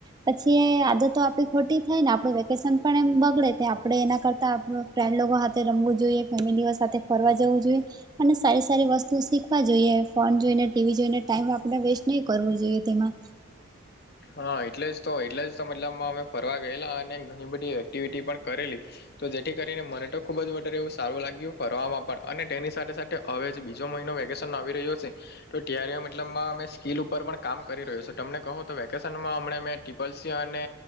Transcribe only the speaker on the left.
હા, એટલે જ તો એટલે જ તો મતલબમાં અમે ફરવા ગયેલા, અને ઘણી બધી એક્ટિવિટી પણ કરેલી. તો જેથી કરીને, મને તો ખુબ જ વારે એવું સારું લાગ્યું કરવામાં, પણ અને તેની સાથે-સાથે હવે જે બીજો મહિનો વેકેશન આવી રહ્યો છે. તો તયારીઓ મતલબમાં અમે સ્કીલ ઉપર પણ કામ કરી રહ્યો છેું, તમને કહો? તો વેકેશનમાં હમ્મ મેં ટ્રીપલસી અને